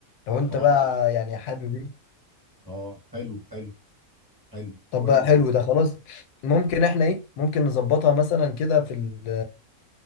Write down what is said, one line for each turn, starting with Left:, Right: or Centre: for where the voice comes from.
Left: لو انت
Right: اه
Left: بقى يعني حابب إيه؟
Right: اه حلو حلو حلو
Left: طب
Right: كويس
Left: بقى حلو
Right: جدا
Left: ده خلاص ممكن احنا ايه ممكن نظبطها مثلا كده في ال-